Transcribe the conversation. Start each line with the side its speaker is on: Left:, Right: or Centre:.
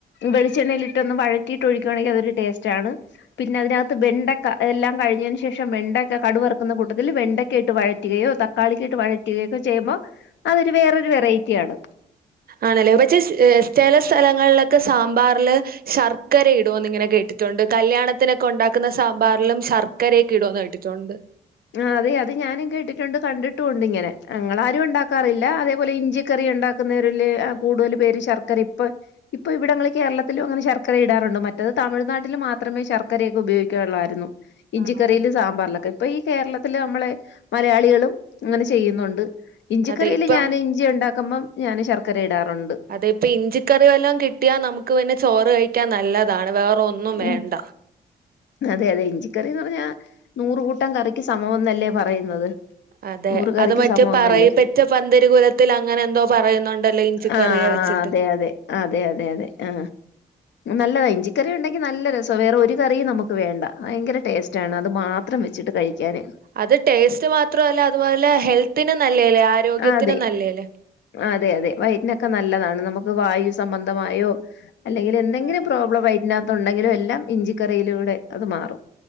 Left: വെളിച്ചെണ്ണയിലിട്ടൊ ന്ന് വഴറ്റിട്ട് ഒഴിക്കുവാണെങ്കി അതൊരു ടേസ്റ്റാണ്. പിന്നെ അതിനകത്ത് വെണ്ടക്ക എല്ലാം കഴിഞ്ഞതിന് ശേഷം വെണ്ടക്ക കടുവറക്കുന്ന കൂട്ടത്തിൽ വെണ്ടക്ക ഇട്ട് വഴറ്റുകയോ തക തക്കാളിക്ക ഇട്ട് വഴറ്റുകയൊക്കെ ചെയ്യുമ്പോ അതൊരു വേറൊരു വെറൈറ്റി ആണ്.
Right: ആണല്ലേ പക്ഷേ ചില സ്ഥലങ്ങളിലൊക്കെ സാമ്പാറില്. ശർക്കര ഇടോന്ന് ഇങ്ങനെ കേട്ടിട്ടുണ്ട് കല്യാണത്തിനൊക്കെ ഉണ്ടാക്കുന്ന സാമ്പാറിലും ശർ കരയൊ ക്ക ഇടോന്ന് കേട്ടിട്ടുണ്ട്.
Left: ആ അതെ അത് ഞാനും കേട്ടിട്ടുണ്ട് കണ്ടിട്ടുണ്ട് ഇങ്ങനെ. ഞങ്ങളാരും ഉണ്ടാക്കാറില്ല അതെ. അതുപോലെ ഇഞ്ചിക്കറി ഉണ്ടാക്കുന്നവരില് കൂടുതൽ പേര് ശർക്കര ഇപ്പൊ. ഇപ്പവിടെങ്ങള് കേരളത്തിലും അങ്ങനെ ശർക്കര ഇടാറുണ്ട് മറ്റത് തമിഴ്നാട്ടിൽ മാത്രമേ ശർക്കരയൊ ക്കെ ഉപയോഗിക്കൂ. ക്കള്ളായിരുന്നു. ഇഞ്ചിക്കറിയിലും
Right: ആണോ?
Left: സാമ്പാറിലൊക്കെ ഇപ്പൊ ഈ കേരളത്തില് നമ്മളെ മലയാളികളും ഇങ്ങനെ ചെയ്യുന്നുണ്ട്. ഇഞ്ചിക്കറിയിൽ
Right: അതെ ഇപ്പം
Left: ഞാന് ഇഞ്ചി ണ്ടാക്കുമ്പം ഞാൻ ശർക്കര ഇടാറുണ്ട്.
Right: അതെ ഇപ്പ ഇഞ്ചിക്കറി വല്ലാം കിട്ടിയാ നമുക്ക് പിന്നെ ചോറ് കഴിക്കാൻ നല്ലതാണ് വേറെ ഒന്നും വേണ്ട.
Left: ഉം അതെ അതെ ഇഞ്ചിക്കറിന്ന് പറഞ്ഞാ നൂറുകൂട്ടം കറിക്ക് സമന്നല്ലേ പറയുന്നത്.
Right: അതെ
Left: നൂറ് കറിക്ക്
Right: അത് മറ്റേ
Left: സമമെന്നല്ലേ
Right: പറയ പറ്റ പന്തരികുലത്തിൽ അങ്ങനെ എന്തോ പറയുന്നുണ്ടല്ലോ ഇഞ്ച
Left: ആ
Right: കറിയെ വെച്ചിട്ട്.
Left: അതെ അതെ അതെ അതെ അതെ ആ നല്ല ഇഞ്ചി. ക്കറി ഉണ്ടെങ്കിൽ നല്ല രസ വേറെ ഒരു കറിയും നമുക്ക് വേണ്ട ഭയങ്കര ടേസ്റ്റാണ് അത് മാ ത്രം വെച്ചിട്ട് കഴിക്കാന്.
Right: അത് ടേസ്റ്റ് മാത്രല്ല അതുപോലെ ഹെൽത്തിനും നല്ലല്ലേ ആരോഗ്യത്തിനും
Left: അതെ
Right: നല്ലേല്ലേ.
Left: അതെ അതെ വയറ്റിനൊക്കെ നല്ലതാണ് നമുക്ക് വായു സംബന്ധമായോ. അല്ലെങ്കിൽ എന്തെങ്കിലും
Right: ആഹ്
Left: പ്രോബ്ലം വയറ്റിനകത്ത ഉണ്ടെങ്കിലും എല്ലാം ഇഞ്ചിക്കറിയിലൂടെ അത് മാറും.